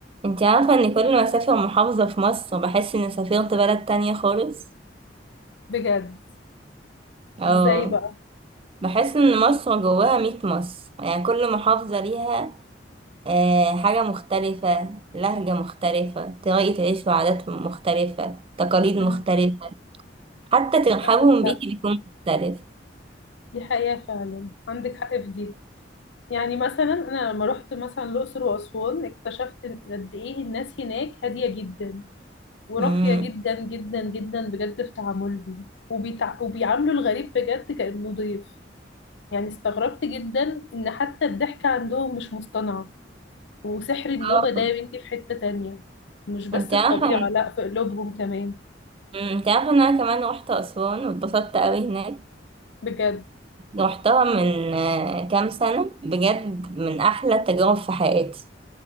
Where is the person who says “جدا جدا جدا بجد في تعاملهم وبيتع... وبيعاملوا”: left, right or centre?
Left